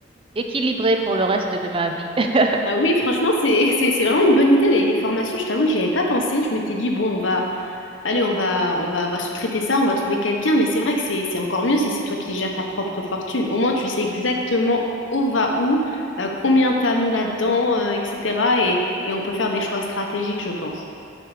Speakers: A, on the right; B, on the left.
A: équilibrée pour le reste de ma vie. <laughs>
B: Ah oui, franchement, c'est <laughs> c'est- c'est vraiment une bonne idée, les, les formations. Je t'avoue que j'y avais pas pensé. Je m'étais dit, bon, on va, allez, on va, on va, on va sous-traiter ça, on va trouver quelqu'un. Mais c'est vrai que c'est c'est encore mieux si c'est toi qui gères ta propre fortune. Au moins, tu sais exactement où va où, euh, combien t'as mis là-dedans, euh, etc. Et, et on peut faire des choix stratégiques, je pense.